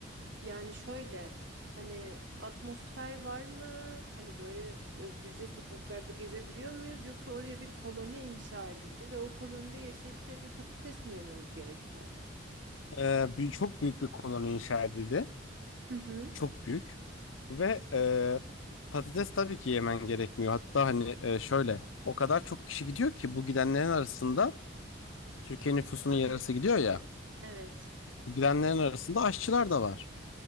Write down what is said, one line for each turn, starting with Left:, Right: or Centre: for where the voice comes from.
Right: Yani şöyle hani atmosfer var mı? Hani böyle özgürce sokaklarda gezebiliyor muyuz? Yoksa oraya bir koloni inşa edildi ve o kolonide yaşayıp sürekli patates mi yememiz gerekiyor?
Left: E, bir, çok büyük bir koloni inşa edildi.
Right: Hı hı.
Left: Çok büyük. Ve e, patates tabii ki yemen gerekmiyor. Hatta hani e, şöyle o kadar çok kişi gidiyor ki bu gidenlerin arasında Türkiye nüfusunun
Right: <clears throat>
Left: yarısı gidiyor ya.
Right: Evet,
Left: Bu gidenlerin arasında aşçılar da var.